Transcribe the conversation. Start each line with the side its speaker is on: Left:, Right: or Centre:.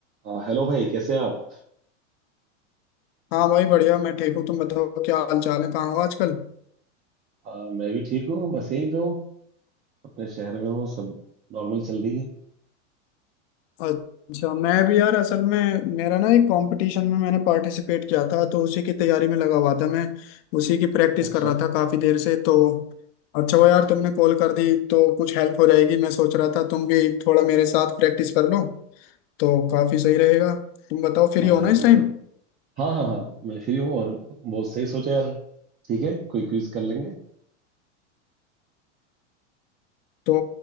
Right: आ, हेलो भाई कैसे हैं आप
Left: हाँ भाई बढ़िया मैं ठीक हूँ तुम बताओ क्या हाल चाल है कहाँ हो आजकल
Right: आ, मैं भी ठीक हूँ बस यहीं पे हूँ अपने शहर में हूँ सब नॉर्मल चल रही है
Left: अच्छा मैं भी यार असल में मेरा ना एक कंपटीशन में मैंने पार्टिसिपेट किया था तो उसी की तैयारी में लगा हुआ था मैं उसी की प्रैक्टिस
Right: अच्छा
Left: कर रहा था काफी देर से तो अच्छा वो यार तुमने कॉल कर दी तो कुछ हेल्प हो जाएगी मैं सोच रहा था तुम भी थोड़ा मेरे साथ प्रैक्टिस कर लो तो काफी सही रहेगा तुम बताओ फ्री
Right: हाँ
Left: हो
Right: यार
Left: ना इस
Right: ये
Left: टाइम
Right: तो हाँ हाँ हाँ मैं फ्री हूँ और बहुत सही सोचा यार ठीक है कोई क्विज कर लेंगे
Left: तो